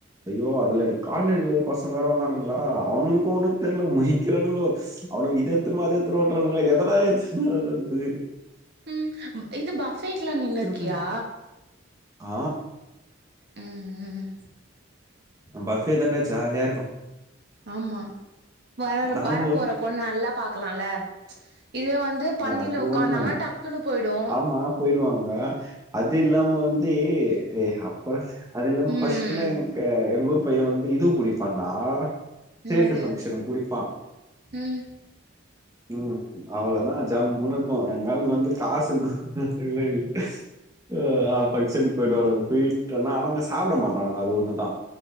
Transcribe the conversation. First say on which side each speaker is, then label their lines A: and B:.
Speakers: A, on the right; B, on the right.
A: ஐயோ அதுல என காலேஜ் பசங்க வேர வந்தானுங்களா அவனுங்களுக்கு ஒண்ணு தெரியல முனிக்கிறானுங்கா அவனு திருவாத திருரது ஏத டா திருவரது
B: ம் இது பபேக்குலா நின்னு இருக்கியா
A: போய். ஆ
B: ம் ம்
A: பப்வே தண்டா ஜாலியா இருக்கு
B: ஆமா வர
A: நாங்க
B: வர
A: வந்து
B: போற பொண்ணு நல்லா பாக்கலாம்ல இதுவே வந்து பந்தியில
A: அது
B: உட்காந்தாங்கன்னா
A: ஒண்ணு
B: டக்குன்னு போயிடு ஆ
A: ஆமா போயிருவாங்க அது இல்லாம வந்து அப்றோ அது இல்லாம
B: ம்
A: பஃபர்ஸ்ட் எலா எங்க எங்க ஊர் பையன் வந்து இதுவு பிடிப்பான்ண்டா <unintelligible>
B: என்னது
A: பங்க்ஷனு பிடிப்பா
B: ம்
A: ம் அவ்வளோதா ஜமூன்னு இருக்கு எல்லாரு ஏழுந் காசுக்கு ஏலே ஹ ஆ பங்க்ஷனுக்கு போய்டு வான்ங்க போயிட்டுனா ஆனாங்க சாப்ட மாட்டானுங்க அது ஒண்ணு தா